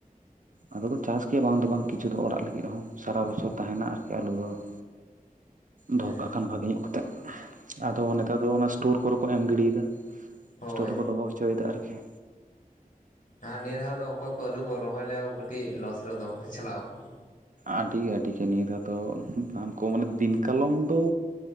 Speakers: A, on the right; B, on the left.
A: ᱟᱫᱚ ᱠᱚ ᱪᱟᱥ ᱜᱮᱭᱟ ᱵᱟᱝ ᱫᱚ ᱵᱟᱝ ᱠᱤᱪᱷᱩ ᱫᱚ ᱚᱲᱟᱜ ᱞᱟᱹᱜᱤᱫ ᱦᱚᱸ ᱥᱟᱨᱟ ᱵᱚᱪᱷᱚᱨ ᱛᱟᱦᱮᱱᱟ ᱟᱨᱠᱤ ᱟᱹᱞᱩ ᱫᱚ <unintelligible> ᱫᱚᱦᱚ
B: ᱦᱩᱸ
A: ᱠᱟᱜ ᱠᱷᱟᱱ ᱵᱷᱟᱜᱮ ᱧᱚᱜ ᱠᱟᱛᱮᱜ ᱟᱫᱚ ᱱᱮᱛᱟᱨ ᱫᱚ ᱚᱱᱟ ᱤᱥᱴᱳᱨ ᱠᱚᱨᱮ ᱠᱚ ᱮᱢ ᱜᱤᱰᱤᱭᱮᱫᱟ ᱾
B: ᱦᱳᱭ
A: ᱴᱳᱨ ᱨᱮᱠᱚ ᱫᱚᱦᱚ ᱦᱚᱪᱚᱭᱮᱫᱟ ᱟᱨᱠᱤ,
B: ᱟᱨ ᱱᱤᱭᱟᱹ ᱫᱷᱟᱣ ᱫᱚ ᱚᱠᱚᱭ ᱠᱚ ᱟᱹᱞᱩ ᱠᱚ ᱨᱚᱦᱚᱭ ᱞᱮᱣᱟᱠᱚ ᱠᱟᱹᱴᱤᱡ ᱞᱚᱥ ᱨᱮ ᱫᱚᱢᱮ ᱠᱚ ᱪᱟᱞᱟᱣ ᱟᱠᱟᱱᱟ ᱾
A: ᱟᱹᱰᱤ ᱼ ᱟᱹᱰᱤᱜᱮ ᱱᱤᱭᱟᱹ ᱫᱷᱟᱣ ᱫᱚ ᱠᱚ ᱢᱟᱱᱮ ᱫᱤᱱ ᱠᱟᱞᱚᱢ ᱫᱚ,